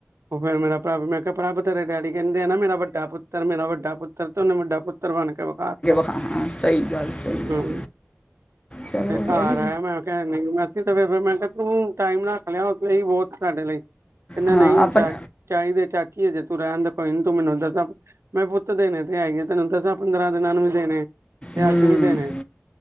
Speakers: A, on the right; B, on the left.
A: ਉਹ ਫਿਰ ਮੇਰਾ ਭਰਾ ਮੈਂ ਕਿਹਾ ਪ੍ਰਭ ਤੇਰੇ ਡੈਡੀ ਕਹਿੰਦੇ ਆ ਨਾ, ਮੇਰਾ ਵੱਡਾ ਪੁੱਤਰ ਮੇਰਾ ਵੱਡਾ ਪੁੱਤਰ ਤੇ ਉਹਨੇ ਵੱਡਾ ਪੁੱਤ ਪੁੱਤਰ ਬਣ ਕੇ ਵਿਖਾ ਤਾ
B: ਹਾਂ ਹਾਂ ਸਹੀ ਗੱਲ ਸਹੀ
A: ਹੂੰ
B: ਗੱ ਚਲੋ
A: ਫੇਰ ਘਰ
B: ਬਈ
A: ਆਇਆ ਮੈਂ ਕਿਹਾ ਨਹੀਂ ਵੈਸੇ ਤੇ ਫਿਰ ਮੈਂ ਕਿਹਾ ਤੂੰ ਟਾਈਮ ਰੱਖ ਲਿਆ ਉਸ ਲਈ ਬਹੁਤ ਸਾਡੇ ਲਈ ਕਹਿੰਦਾ
B: ਹਾਂ
A: ਨਹੀਂ
B: ਆਪਣ
A: ਚਾ ਚਾਹੀਦੇ ਚਾਚੀ ਹਜੇ ਤੂੰ ਰਹਿਣ ਦੇ ਕੋਈ ਤੂੰ ਮੈਨੂੰ ਦਾ ਮੈਂ ਪੁੱਤ ਦੇਣੇ ਤੇ ਹੈਈ ਹੈ ਹੀ ਆ ਤੈਨੂੰ ਦਸਾਂ ਪੰਦਰਾਂ ਦਿਨਾਂ ਨੂੰ ਵੀ ਦੇਣੇ ਤੇ
B: ਹੂੰ
A: ਅੱਜ ਵੀ ਦੇਣੇ